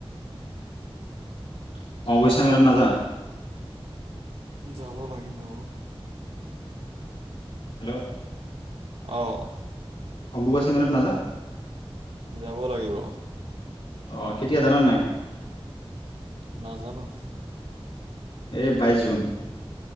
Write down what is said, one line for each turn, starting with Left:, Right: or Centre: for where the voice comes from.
Left: <unintelligible> মেলাত নাযা?
Right: যাব লাগিব ও।
Left: হেল্ল'।
Right: অ'।
Left: অম্বুবাচী মেলাত নাযা?
Right: যাব লাগিব।
Left: অ' কেতিয়া জানানে নাই?
Right: নাজানো।
Left: এই বাইছ জুন।